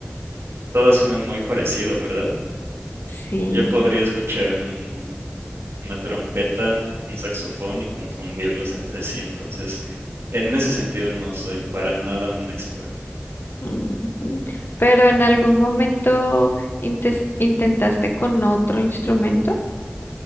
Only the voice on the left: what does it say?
Sí.
ujú. Pero en algún momento intes- intentaste con otro instrumento.